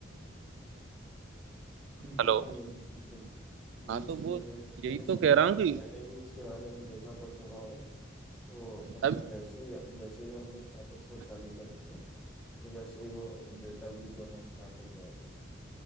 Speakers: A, in the centre; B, on the right.
A: بالکل
B: ہلو
A: بکل بالکل
B: ہاں
A: یہ
B: تو
A: چیز
B: وہ
A: مجھے مجھے
B: یہی
A: بھی
B: تو
A: سنائی
B: کہہ رہا
A: تھی
B: ہوں کہ
A: میں نے بھی اس کے بارے میں دیکھا تھا تھوڑا بہت تو مطلب
B: اب
A: جیسے ہی جیسے ہی ہم نے واپس وقت چالو کریںے تو ویسے ہی وہ ڈیٹا یوز ہونا اسٹارٹ ہو جائے گا